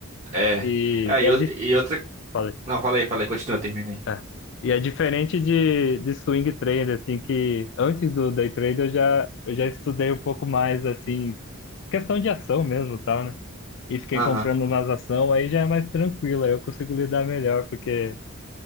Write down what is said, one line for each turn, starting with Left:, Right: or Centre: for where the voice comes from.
Right: É.
Left: E,
Right: Aí
Left: e
Right: eu,
Left: é, di-
Right: e outra.
Left: falei,
Right: Não, falei, falei, continua, terminei.
Left: é. E é diferente de, de swing trade, assim, que antes do day trade eu já, eu já estudei um pouco mais, assim, questão de ação mesmo, e tal, né? E fiquei
Right: Aham.
Left: comprando umas ação, aí já é mais tranquilo, aí eu consigo lidar melhor, porque